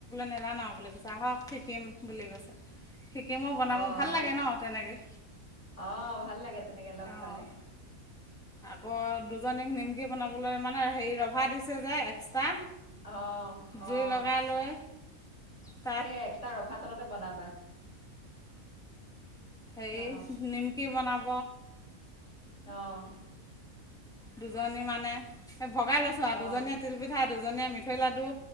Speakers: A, in the centre; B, on the left.
A: নাজান আও বুলি কৈছে, আহক শিকিম বুলি কৈছে। শিকিমো বনাব
B: অহ
A: ভাল লাগে
B: অহ,
A: ন তেনেকৈ
B: অহ ভাল লাগে তেনেকে লগ
A: অঁ
B: পালে।
A: আকৌ দুজনীক নিমকি বনাবলৈ মানে হেৰি ৰভা দিছে যে এক্সট্ৰা।
B: অহ অহ
A: জুই লগাই লৈ তাত
B: সেই এক্সট্ৰা ৰভা তলতে বনাবা।
A: সেই
B: অ
A: নিমকি বনাব
B: অ
A: দুজনী মানে এই ভগাই লৈছো আৰু
B: অ
A: দুজনীয়ে তিলপিঠা, দুজনীয়ে মি ঠৈ লাডু,